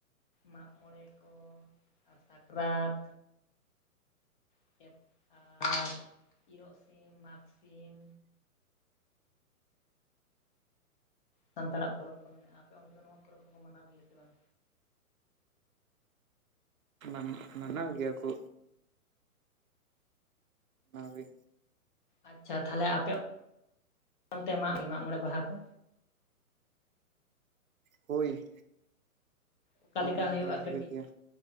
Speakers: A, on the left; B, on the right.
A: ᱢᱟᱜ ᱢᱚᱬᱮ ᱠᱚ ᱟᱨ ᱥᱟᱠᱨᱟᱛᱼᱼ <unintelligible> ᱟᱨ ᱤᱨᱚᱜ ᱥᱤᱢ ᱢᱟᱜᱽ ᱥᱤᱢ ᱥᱟᱱᱛᱟᱲᱟᱜ ᱯᱚᱨᱚᱵᱽ ᱠᱚ ᱢᱮᱱᱟᱜᱼᱟ ᱟᱯᱮ ᱚᱱᱛᱮ ᱫᱚ ᱱᱚᱣᱟ ᱯᱚᱨᱚᱵᱽ ᱠᱚᱠᱚ ᱢᱟᱱᱟᱣ ᱜᱮᱭᱟ ᱥᱮ ᱵᱟᱝ
B: <unintelligible> ᱢᱟᱱᱟᱣ ᱜᱮᱭᱟ ᱠᱚ ᱟᱣᱨᱤ
A: ᱟᱪᱪᱷᱟ ᱛᱟᱦᱚᱞᱮ ᱟᱯᱮ <unintelligible> ᱮᱢᱟᱜ ᱜᱮ ᱢᱟᱜ ᱢᱚᱬᱮ ᱵᱟᱦᱟ ᱠᱚ
B: ᱦᱳᱭ
A: ᱚᱠᱟᱮ
B: ᱢᱟᱜ
A: ᱞᱮᱠᱟ
B: ᱢᱚᱬᱮ
A: ᱦᱩᱭᱩᱜᱼᱟ
B: ᱦᱩᱭᱩᱜ
A: ᱠᱟᱹᱴᱤᱡ
B: ᱜᱮᱭᱟ